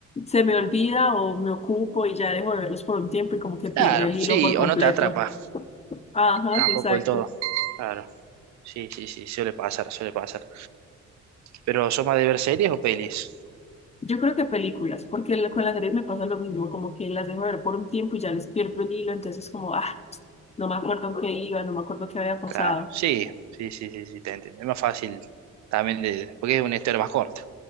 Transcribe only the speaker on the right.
Claro,
sí,
o no te atrapa,
tampoco
del todo. Claro. Sí, sí, sí, suele pasar, suele pasar. Pero ¿sos más de ver series o pelis?
Claro. Sí, sí, sí, sí, sí, te entiendo. Es más fácil también de, porque es una historia más corta.